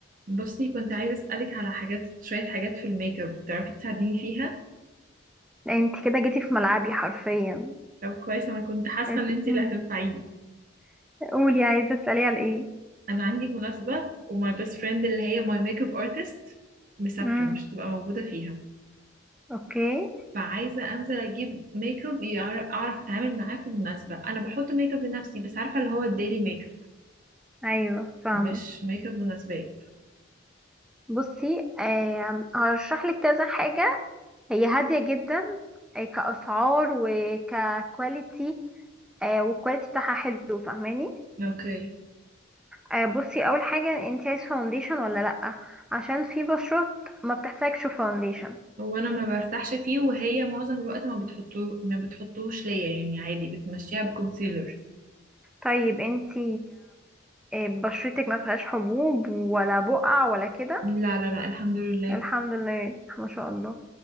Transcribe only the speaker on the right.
بصي كنت عايزة أسألك على حاجات شوية حاجات في الميك اب بتعرفي تساعديني فيها
طب كويس أنا كنت حاسة
إن أنتي
اللي هتنفعيني
أنا عندي مناسبة وماي بيست فريند اللي هي ماي ميك اب ارتست مسافرة
مش هتبقى موجودة فيها
فعايزة أنزل أجيب ميك اب يعر- أعرف أتعامل معاه في المناسبة أنا بحط ميك اب لنفسي بس عارفة اللي هو الديلي ميك
اب مش ميك اب مناسبات
أوكي
هو أنا ما برتاحش فيه وهي معظم الوقت ما بتحطوه ما بتحطوهش ليا يعني عادي بتمشيها بكونسيلر
لا لا لا الحمد لله